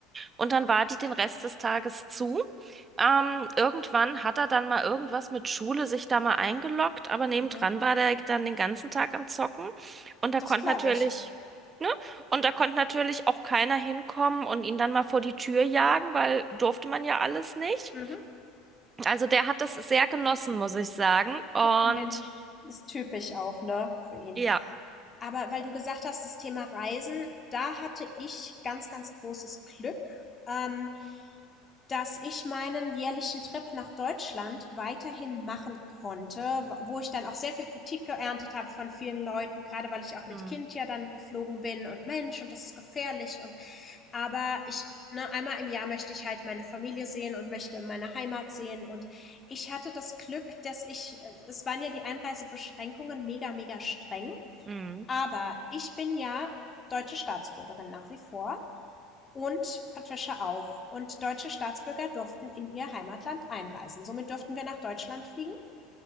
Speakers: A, on the right; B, on the left.
A: Und dann war die den Rest des Tages zu. Ähm, irgendwann hat er dann mal irgendwas mit Schule sich da mal eingeloggt, aber nebendran
B: mhm.
A: war der dann den ganzen Tag am Zocken. Und da
B: Das
A: konnte
B: glaube
A: natürlich,
B: ich.
A: ne? Und da konnte natürlich auch keiner hinkommen und ihn dann mal vor die Tür jagen, weil durfte man ja alles nicht.
B: Mhm.
A: Also der hat das sehr genossen, muss ich sagen. Und
B: Mensch, ist typisch auch, ne, für ihn.
A: ja.
B: Aber weil du gesagt hast, das Thema Reisen, da hatte ich ganz, ganz großes Glück, ähm, dass ich meinen jährlichen Trip nach Deutschland weiterhin machen konnte, wo ich dann auch sehr viel Kritik geerntet habe von vielen Leuten, gerade weil ich auch mit
A: Mhm.
B: Kind ja dann geflogen bin und Mensch und das ist gefährlich und aber ich ne, einmal im Jahr möchte ich halt meine Familie sehen und möchte meine Heimat sehen. Und ich hatte das Glück, dass ich, äh, es waren ja die Einreisebeschränkungen mega, mega streng.
A: Mhm.
B: Aber ich bin ja deutsche Staatsbürgerin nach wie vor und Patricia auch. Und deutsche Staatsbürger durften in ihr Heimatland einreisen. Somit durften wir nach Deutschland fliegen.